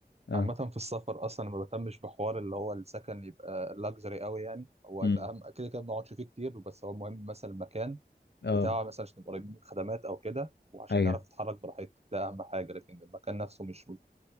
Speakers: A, on the left; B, on the right.
A: اه
B: عامة في السفر اصلا ما بهتمش بحوار اللي هو السكن يبقى لاكجري قوي يعني هو
A: امم
B: الاهم كده كده ما بنقعدش فيه كتير بس هو المهم مثلا المكان
A: اه
B: بتاعه مثلا عشان نبقى قريبين من الخدمات او كده وعشان
A: ايوه
B: نعرف نتحرك براحتنا ده اهم حاجه لكن المكان نفسه مش